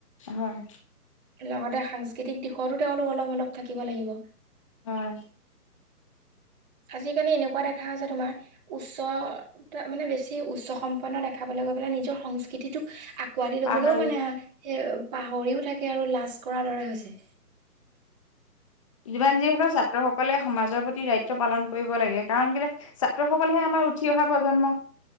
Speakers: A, on the left; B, on the right.
A: হয়
B: লগতে সাংস্কৃতিক দিশতো তেওঁলোক অলপ-অলপ থাকিব লাগিব।
A: হয়।
B: আজি-কালি এনেকুৱা দেখা হৈছে তোমাৰ উচ্চ, মানে বেছি উচ্চ সম্পন্ন দেখাবলৈ গৈ পেলাই নিজৰ, সংস্কৃতিটোক গোৱালি
A: পাহাৰী
B: লবলৈও মানে, পাহৰিও থাকে আৰু লাজ কৰাৰ দৰে হৈছে।
A: যিমান যি হ'লেও ছাত্ৰসকলে সমাজৰ প্ৰতি দায়িত্ব পালন কৰিব লাগে কাৰণ কেলে ছাত্ৰসকলেহে আমাৰ উঠি অহা প্ৰজন্ম।